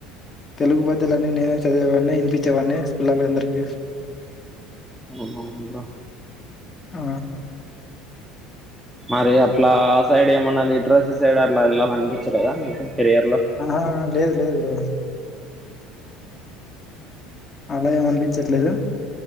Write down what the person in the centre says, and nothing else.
ఓ హొ ఉందా
మరి అట్లా ఆ సైడ్ ఏమన్నా ఇట్రసీ సైడ్ అట్లా వెళ్ళాలి అనిపంచ లేదా. మీకు కెరియర్ లో
హా